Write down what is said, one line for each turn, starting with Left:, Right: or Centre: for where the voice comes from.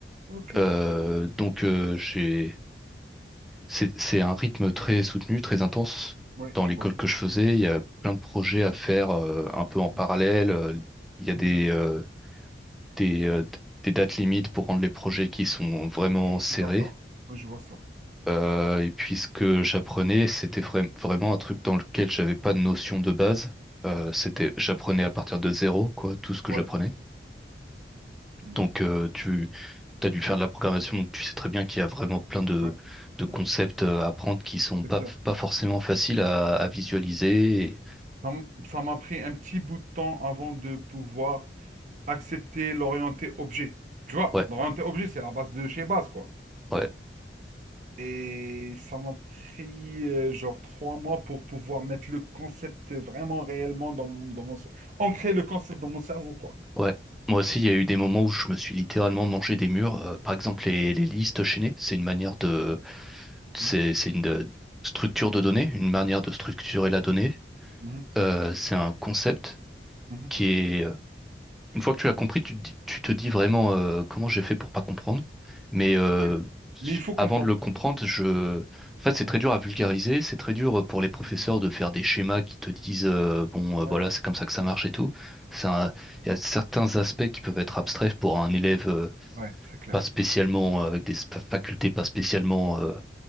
Right: ok.
Centre: Euh, donc, euh, j'ai C'est, c'est un rythme très soutenu, très intense.
Right: Oui,
Centre: Dans
Right: je
Centre: l'école
Right: vois ça.
Centre: que je faisais, il y a plein de projets à faire euh, un peu en
Right: Mhm,
Centre: parallèle. Euh, Il y a
Right: mhm.
Centre: des, euh, des, euh, d- des dates limites pour rendre les projets qui sont vraiment
Right: Je
Centre: serrés.
Right: suis d'accord. Ouais, je vois ça.
Centre: Euh, et puis ce que j'apprenais, c'était vra- vraiment un truc dans lequel j'avais pas de notion de base. Euh, c'était, j'apprenais à partir de zéro, quoi, tout ce que
Right: Ouais,
Centre: j'apprenais.
Right: mhm,
Centre: Donc euh, tu tu as dû faire de la programmation, donc tu sais très bien qu'il y a vraiment plein de,
Right: ouais,
Centre: de concepts
Right: ouais,
Centre: euh, à apprendre qui sont
Right: c'est
Centre: pas,
Right: clair.
Centre: pas forcément faciles à, à visualiser.
Right: Mhm.
Centre: Et
Right: Ça m- ça m'a pris un petit bout de temps avant de pouvoir accepter l'orienté objet. Tu vois,
Centre: Ouais,
Right: l'orienté objet, c'est la base de chez base, quoi.
Centre: ouais,
Right: Et ça m'a pris euh, genre trois mois pour pouvoir mettre le concept vraiment réellement dans mon, dans mon cer- ancrer le concept dans mon cerveau, quoi.
Centre: ouais. Moi aussi, il y a eu des moments où je me suis littéralement mangé des murs. Euh, par exemple, les, les listes chaînées, c'est une manière de, c'est,
Right: Mhm,
Centre: c'est une euh, structure de données, une manière de structurer la donnée.
Right: mhm,
Centre: Euh, c'est un concept
Right: mhm.
Centre: qui est euh, Une fois que tu as compris, tu te dis, tu te dis vraiment euh, comment j'ai fait pour pas comprendre. Mais euh,
Right: Ouais.
Centre: s-
Right: Mais il faut comprendre.
Centre: avant de le comprendre, je... en fait, c'est
Right: Mhm,
Centre: très dur à vulgariser. C'est très dur pour les professeurs
Right: mhm.
Centre: de faire des schémas qui te disent euh, bon, euh,
Right: Ouais.
Centre: voilà, c'est comme ça que ça marche et tout. C'est un- Il y a certains aspects qui peuvent être abstraits pour un élève euh,
Right: Ouais, c'est clair.
Centre: pas spécialement euh, avec des sp- facultés pas spécialement euh,